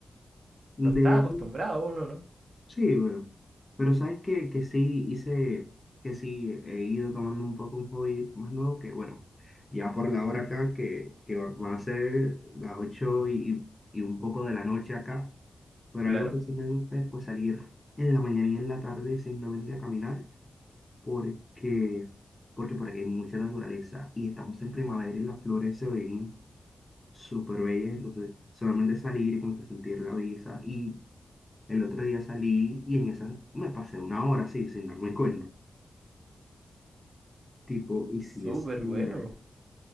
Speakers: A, on the left; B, on the right.
A: De
B: No está
A: hecho,
B: acostumbrado uno, ¿no?
A: sí, bueno. Pero sabes que, que sí hice, que sí he ido tomando un poco un hobby más nuevo que, bueno, ya por la hora acá, que, que va- van a ser las 8 y, y un poco de la noche acá. Pero
B: Claro.
A: algo que sí me gusta es pues salir en la mañana y en la tarde simplemente a caminar, porque, porque por aquí hay mucha naturaleza y estamos en primavera y las flores se ven. súper bella, entonces solamente salir y como que sentir la brisa y el otro día salí y en esa me pasé una hora así sin darme cuenta, tipo, y sí
B: Súper
A: es genial,
B: bueno.